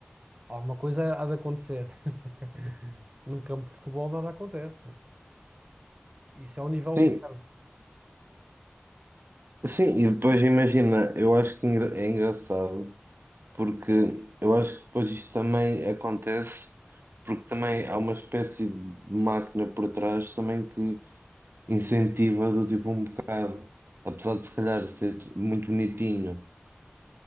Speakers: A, on the right; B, on the right.
A: alguma coisa há de acontecer. <laughs> Num campo de futebol nada acontece, né? Isso é um nível
B: sim,
A: de zero.
B: sim. E depois imagina, eu acho que engra- é engraçado. porque eu acho que depois isto também acontece, porque também há uma espécie de máquina por trás também que incentiva do tipo um bocado, apesar de se calhar ser muito bonitinho,